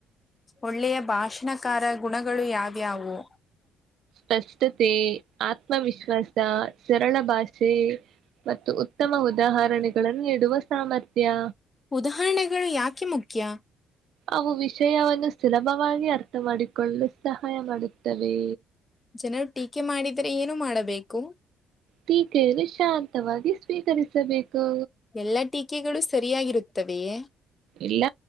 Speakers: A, on the left; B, on the right.
A: ಒಳ್ಳೆಯ ಭಾಷಣಕಾರ ಗುಣಗಳು ಯಾವ್ಯಾವು?
B: ಪ್ರಸ್ತುತಿ, ಆತ್ಮವಿಶ್ವಾಸ, ಸರಳ ಭಾಷೆ ಮತ್ತು ಉತ್ತಮ ಉದಾಹರಣೆಗಳನ್ನು ನೀಡುವ ಸಾಮರ್ಥ್ಯ.
A: ಉದಾಹರಣೆಗಳು ಯಾಕೆ ಮುಖ್ಯ?
B: ಅವು ವಿಷಯವನ್ನು ಸುಲಭವಾಗಿ ಅರ್ಥ ಮಾಡಿಕೊಳ್ಳಲು ಸಹಾಯ ಮಾಡುತ್ತವೆ.
A: ಜನರು ಟೀಕೆ ಮಾಡಿದರೆ ಏನು ಮಾಡಬೇಕು?
B: ಟೀಕೆಯನ್ನು ಶಾಂತವಾಗಿ ಸ್ವೀಕರಿಸಬೇಕು.
A: ಎಲ್ಲಾ ಟೀಕೆಗಳು ಸರಿಯಾಗಿರುತ್ತವೆಯೇ?
B: ಇಲ್ಲ